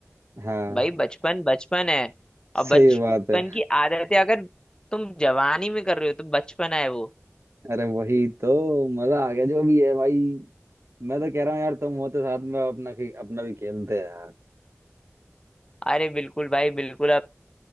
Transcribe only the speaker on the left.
भाई बचपन बचपन है और
बचपन
की आदतें अगर तुम जवानी में कर रहे हो तो बचपन है वो
अरे बिल्कुल भाई बिल्कुल अब